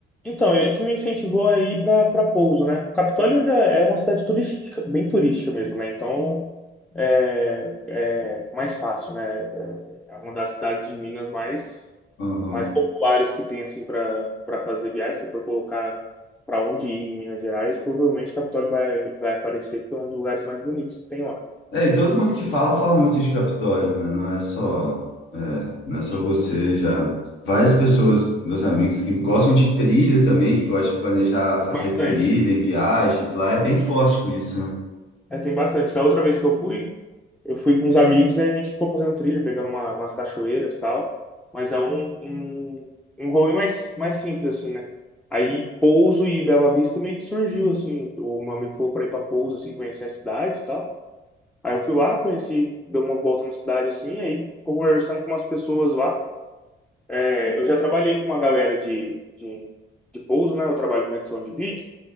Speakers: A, in the centre; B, on the left.
A: Então, ele que me incentivou a ir para para Pouso, né? O Capitólio já é uma cidade turística, bem turística mesmo, né? Então, é, é mais fácil, né? É é uma das cidades de Minas mais,
B: Aham.
A: mais populares que tem, assim, para para fazer viagem. Se você for colocar para onde ir em Minas Gerais, provavelmente Capitólio vai, vai aparecer porque é um dos lugares mais bonitos que tem lá.
B: É, e todo mundo que fala, fala muito de Capitólio, né? Não é só, é, não é só
A: Sim,
B: você, já. Várias pessoas, meus amigos, que gostam de trilha também, que gostam de planejar fazer
A: bastante.
B: trilha em viagens, lá é bem forte com isso, né?
A: É, tem bastante. Da outra vez que eu fui, eu fui com uns amigos e a gente ficou fazendo trilha, pegando uma, umas cachoeiras e tal. Mas é um, um, um rolê mais, mais simples, assim, né? Aí Pouso e Bela Vista meio que surgiu, assim. O meu amigo falou pra ir pra Pouso, assim, conhecer a cidade e tal. Aí eu fui lá, conheci, dei uma volta na cidade, assim. Aí ficou conversando com umas pessoas lá. É, eu já trabalhei com uma galera de, de, de Pouso, né? Eu trabalho com edição de vídeo.